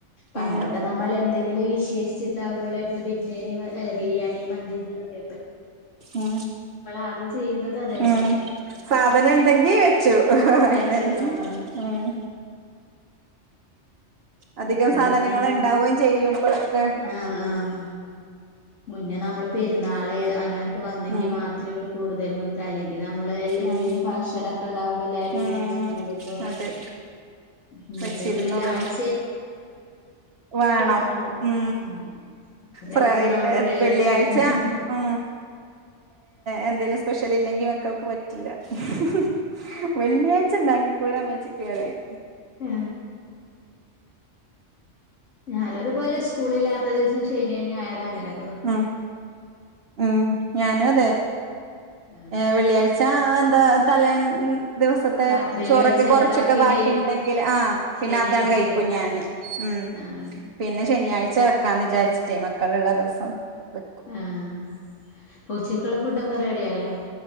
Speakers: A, on the left; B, on the right.
A: പണ്ടൊക്കെ
B: ഉം
A: നമ്മൾ എന്തെങ്കിലും വിശേഷിച്ചിണ്ടാവുമ്പോൾ ബിരിയാണി- ബിരിയാണ, മന്തിയൊക്കെ ആണ്
B: ഉ
A: ആദ്യം ചെയ്യുന്നത് അതന്നെല്ലേ
B: ഉ സാധനം ഉണ്ടെങ്കിൽ വെച്ചു അങ്ങനെയാണ്
A: വെച്ചു ആഹ്
B: ഉം അധികം
A: ഇപ്പൊ
B: സാധനങ്ങൾ
A: പിന്നെ എല്ലാരും
B: ഉണ്ടാവുകയും ചെയ്യുംപ്പോഴക്കെ
A: ആഹ് ആഹ് മുന്നേ നമ്മള് പെരുന്നാള് അങ്ങനെ- വന്നെങ്കി
B: ഉം
A: മാത്രമേ ഉള്ളൂ കൂടുതലുംക്കെ അല്ലെങ്കിൽ നമ്മള് എല്ല എന്തേങ്കിലും
B: ഉം
A: ഫംഗഷനൊക്കെ ഉണ്ടാകുമ്പോ എല്ലാരും
B: ഉം
A: ഒരുമിച്ച് കൂടുമ്പോ-
B: അതെ
A: ഇന്നത്തെ
B: വെച്ചിരുന്നുള്ളൂ
A: വീഡിയോയിൽ ആയിസ്
B: വേണം
A: ഉണ്ടാവും
B: ഉ
A: ഉം അങ്ങനായിക്ക്ണു
B: ഫ്രൈഡ്
A: നമ്മുടെ ലൈഫ്
B: വെള്ളിയാഴ്ച
A: അങ്ങനെ
B: ഉ എന്തേലും സ്പെഷ്യൽ ഇല്ലെങ്കിൽ- മക്കൾക്ക് പറ്റില്ല മ് മ് വെള്ളിയായി ച്ച്ണ്ടാക്കികൂടെ ഉമ്മച്ചിക് പറയും
A: ആ ഞാനതുപോലെ സ്കൂളില്ലാത്ത ദിസം ശനി ഞായറോ അങ്ങനെ
B: ഉം ഉം ഞാനും അതെ
A: ആഹ്
B: ഏ വെള്ളിയാഴ്ച അ ത തലേന്ന് ദിവസത്തെ
A: രാത്രിയില്
B: ചോറൊക്കെ
A: വെച്ചാല്
B: കുറച്ചൊക്കെ
A: ബാക്കിണ്ടെങ്കിലും
B: ബാക്കി ഇണ്ടെങ്കിൽ ആഹ്
A: ശനിയാഴ്ച
B: പിന്നെ അതാണ് കഴിക്കും
A: എടുക്കാലോ
B: ഞാന് ഉ
A: ആഹ്
B: പിന്നെ ശനിയാഴ്ച വെക്കാന്ന് വിചാരിച്ച് റ്റേ മക്കളുള്ള ദിവസം വെക്കും
A: ആഹ് പൂച്ചയ്ക്കുള്ള ഫുഡൊ ക്കെ റെഡിയായോ